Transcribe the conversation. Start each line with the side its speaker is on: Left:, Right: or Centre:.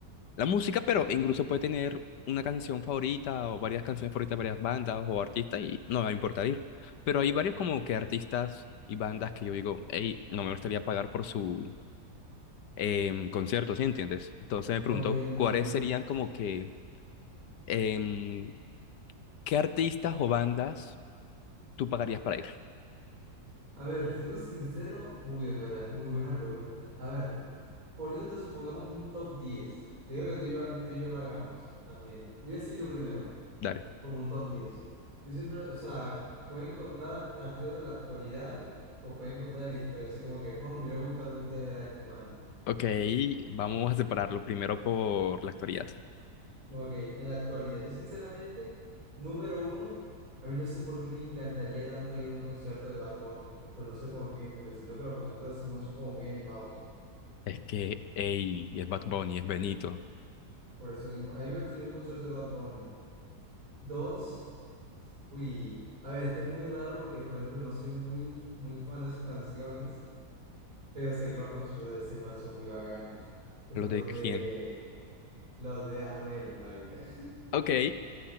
Left: la música, pero incluso puede tener una canción favorita o varias canciones favoritas de varias bandas o artistas y no me va a importar ir. Pero hay varios como que artistas y bandas que yo digo, hey, no me gustaría pagar por su em, concierto, ¿sí entiendes? Entonces me pregunto,
Right: Ok, entiendo.
Left: ¿cuáles serían como que... em, ¿Qué artistas o bandas tú pagarías para ir?
Right: A ver, siendo sincero, uy, en verdad, es muy buena pregunta. A ver, poniéndote, supongamos, un top diez Yo creo que tú y yo, tú y yo lo hagamos también. Voy a decir yo primero.
Left: Dale.
Right: como un top 10. Yo siempre, o sea, pueden contar art- artistas de la actualidad o pueden contar de la historia, así como que Juan, me hubiera gustado algún día ver a este man.
Left: Ok, vamos a separarlo primero por la actualidad.
Right: Ok, en la actualidad, yo sinceramente, número uno, a mí no sé por qué me encantaría tanto ir a un concierto de Bad Bunny, pero no sé por qué, porque siento que los conciertos de ese man son como muy animados.
Left: Es que, ey, es Bad Bunny, es Benito.
Right: Por eso mismo, a mí me gustaría un concierto de Bad Bunny. Dos, uy, a ver, este es muy raro porque, por ejemplo, no soy muy, muy fan de sus canciones. Pero sé que los conciertos de ese man son muy bacanos. Que son
Left: los de
Right: los
Left: quién?
Right: de los de Anuel, marica. <laughs>
Left: Ok,